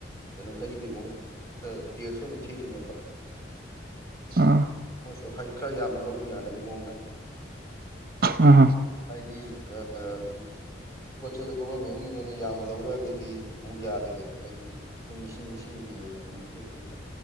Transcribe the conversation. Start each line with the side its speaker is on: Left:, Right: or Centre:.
Left: ꯀꯩꯅꯣ ꯂꯩꯕꯩ ꯃꯍꯨꯠꯇ ꯇꯦꯛꯁ ꯑꯣꯏꯅ ꯊꯤꯔꯤꯅꯦꯕ
Right: ꯑ
Left: ꯃꯣꯏꯁꯨ ꯍꯥꯏ ꯈꯔ ꯌꯥꯝꯅ ꯂꯧꯕ ꯌꯥꯅꯕꯒꯤ ꯃꯑꯣꯡꯗ
Right: ꯎ <unintelligible>
Left: ꯍꯥꯏꯗꯤ ꯔꯥ ꯑꯥ ꯄꯣꯠ ꯆꯩꯗꯣ ꯒꯣꯕꯔꯃꯦꯟꯒꯤꯅꯦꯅ ꯌꯥꯝꯅ ꯂꯧꯔꯛꯑꯒꯗꯤ ꯑꯃꯨꯛ ꯌꯥꯗꯦꯗꯅ ꯍꯥꯏꯗꯤ ꯃꯈꯣꯏ ꯃꯤꯁꯤꯡ ꯃꯤꯁꯤꯡꯒꯤ ꯑꯣꯏꯅ ꯑꯗꯨꯝ ꯄꯤꯔꯛꯄꯅꯤꯅ